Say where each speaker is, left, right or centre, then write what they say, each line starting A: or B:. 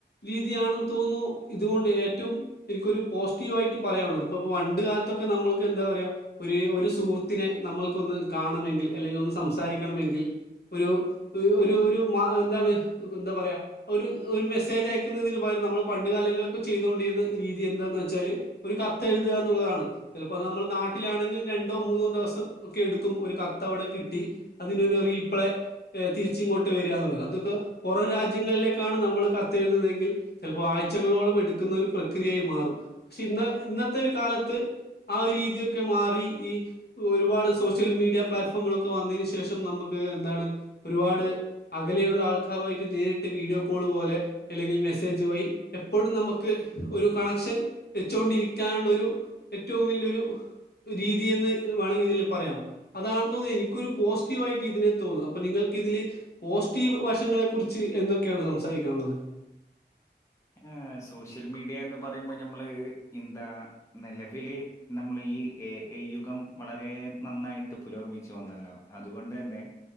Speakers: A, on the left (about 60°); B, on the left (about 15°).
A: രീതിയാണെന്ന് തോന്നുന്നു ഇതുകൊണ്ട് ഏറ്റവും എനിക്കൊരു പോസ്റ്റ് ടീവായിട്ട് പറയാനുള്ളത് ഇപ്പ പ്പം പണ്ട് കാലത്തൊക്കെ നമ്മൾക്ക് എന്താ പറയാ ഒരു ഒരു സുഹൃത്തിനെ നമ്മൾക്കൊന്ന് കാണമെങ്കിൽ അല്ലെങ്കിൽ ഒന്ന് സംസാരിക്കണമെങ്കിൽ ഒരു ഒരു ഒരു എന്താണ് എന്താ പറയുക ഒരു ഒരു മെസ്സേജ് അയക്കുന്നതിന് പകരം നമ്മൾ പണ്ട് കാലങ്ങളൊക്കെ ചെയ്തൊണ്ടിരുന്ന രീതി എന്താന്ന് വെച്ചാല് ഒരു കത്തെഴുതുക എന്നുള്ളതാണ് ചിലപ്പോ നമ്മൾ നാട്ടിലാണെങ്കിൽ രണ്ടോ മൂന്നോ ദിവസം ഒക്കെ എടുക്കും ഒരു കത്ത് അവിടെ കിട്ടി അതിനൊരു റീപ്ലേ തിരിച്ച് ഇങ്ങോട്ട് വരിക എന്നുള്ളത് അതൊക്കെ പുറം രാജ്യങ്ങളിലേക്കാണ് നമ്മൾ കത്തെഴുതുന്നതെങ്കിൽ ചിലപ്പോ ആഴ്ചകളോളം എടുക്കുന്ന ഒരു പ്രക്രിയയായി മാറും പക്ഷെ ഇന്ന് ഇന്നത്തെ ഒരു കാലത്ത് ആ ഒരു രീതിയൊക്കെ മാറി ഈ ഒരുപാട് സോഷ്യൽ മീഡിയ പ്ലാറ്റ്ഫോമുകളൊക്കെ വന്നതിന് ശേഷം നമുക്ക് എന്താണ് ഒരുപാട് അകലെയുള്ള ആൾക്കാരുമായിട്ട് നേരിട്ട് വീഡിയോ കോള് പോലെ അല്ലെങ്കിൽ മെസ്സേജ് പോയി എപ്പോഴും നമുക്ക് ഒരു കണക്ഷൻ വെച്ചോണ്ടിരിക്കാനുള്ള ഒരു ഏറ്റവും വലൃരു രീതി എന്ന് വേണമെങ്കിൽ ഇതില് പറയാം അതാണെന്നുതോന്നുന്നു എനിക്കൊരു പോസിറ്റീവ് ആയിട്ട് ഇതിനെ തോന്നും അപ്പൊ നിങ്ങൾക്ക് ഇതില് പോസിറ്റീവ് വശങ്ങളെ കുുറിച്ച് എന്തൊക്കെയാണ് സംസാരിക്കാനുള്ളത്
B: ആ സോഷ്യൽ മീഡിയ എന്ന് പറയുമ്പോ ഞമ്മള് എന്താ നിലവിൽ നമ്മൾ ഈ എ ഐ യുഗം വളരെ നന്നായിട്ട് പുരോഗമിച്ച് വന്നല്ലോ അതുകൊണ്ട് തന്നെ